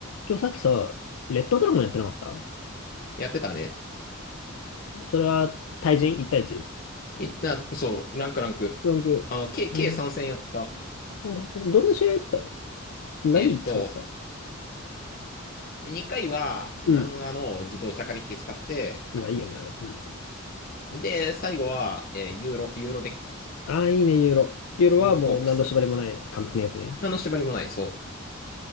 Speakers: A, on the left; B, on the left.
A: 今日さっきさ、レッドドラゴンやってなかった
B: やってたね。
A: それは対人 ?1 対 1?
B: いな、そう、ランクランク。
A: ランク、
B: あの、計、計3戦やった。
A: うんど、どんな試合やったの何使ってた
B: えっと、2回は、南アの自動車化デッキ使って、
A: うん。まあいいよね、あれ。うん。
B: で、最後は、えーユーロ、ユーロデッキ。
A: ああ、いいね、ユーロ。ユーロはもう何の縛りもない完璧なやつね。
B: ユーロコープス。あの、縛りもない、そう。